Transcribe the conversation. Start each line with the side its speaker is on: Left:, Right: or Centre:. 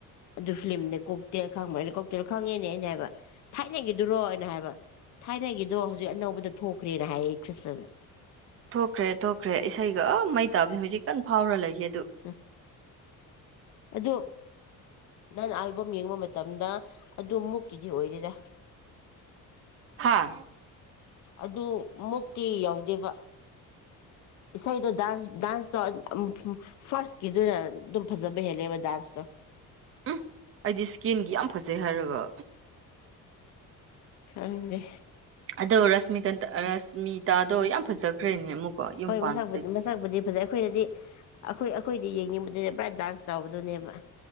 Left: ꯑꯗꯨ ꯐꯤꯂꯝꯅꯦ ꯀꯣꯛꯇꯦꯜ ꯈꯪꯕ ꯑꯩꯅ ꯀꯣꯛꯇꯦꯜ ꯈꯪꯉꯦꯅꯦ ꯑꯩꯅ ꯍꯥꯏꯕ ꯊꯥꯏꯅꯒꯤꯗꯨꯔꯣ ꯑꯩꯅ ꯍꯥꯏꯕ ꯊꯥꯏꯅꯒꯤꯗꯣ ꯍꯧꯖꯤꯛ ꯑꯅꯧꯕꯗ ꯊꯣꯛꯈ꯭ꯔꯦꯅ ꯍꯥꯢꯌꯦ ꯈ꯭ꯔꯤꯁꯇꯅ
Right: ꯊꯣꯛꯈ꯭ꯔꯦ ꯊꯣꯛꯈ꯭ꯔꯦ ꯏꯁꯩꯒ ꯑ ꯃꯩ ꯇꯥꯕꯅꯤ ꯍꯧꯖꯤꯛ ꯀꯟ ꯐꯥꯎꯔ ꯂꯩꯒꯦ
Left: ꯍ <unintelligible> ꯑꯗꯣ ꯅꯪ ꯑꯜꯕꯝ ꯌꯦꯡꯕ ꯃꯇꯝꯗ ꯑꯗꯨ ꯃꯨꯛꯀꯤꯗꯤ ꯑꯣꯏꯗꯦꯗ
Right: ꯍꯥꯥ
Left: ꯑꯗꯨ ꯃꯨꯛꯇꯤ ꯌꯥꯎꯗꯦꯕ ꯏꯁꯩꯗꯣ ꯗꯥꯟꯁ ꯗꯥꯟꯁꯇꯣ ꯐꯥꯔꯁꯀꯤꯗꯨ ꯑꯗꯨꯝ ꯐꯖꯕ ꯍꯦꯜꯂꯦꯕ ꯗꯥꯟꯁꯇꯣ
Right: ꯎꯝ ꯑꯩꯗꯤ ꯏꯁꯀꯤꯟꯒꯤ ꯌꯥꯝ ꯐꯖꯩ ꯍꯥꯏꯔꯒ
Left: ꯈꯪꯗ
Right: ꯑꯗꯣ ꯔꯁꯃꯤꯀꯟ ꯔꯁꯃꯤꯇꯥꯗꯣ ꯌꯥꯝ ꯐꯖꯈ꯭ꯔꯦꯅꯦ ꯑꯃꯨꯛꯀ ꯌꯨꯝ
Left: ꯍꯣꯏ
Right: ꯄꯥꯟꯕꯗꯒꯤ
Left: ꯃꯁꯛꯄꯨꯗꯤ ꯃꯁꯛꯄꯨꯗꯤ ꯐꯖꯩ ꯑꯩꯈꯣꯏꯅꯗꯤ ꯑꯩꯈꯣꯏ ꯑꯩꯈꯣꯏꯗꯤ ꯌꯦꯡꯅꯤꯡꯕꯗꯨꯅꯦ ꯕꯔꯥꯠ ꯗꯥꯟꯁ ꯇꯧꯕꯗꯨꯅꯦꯕ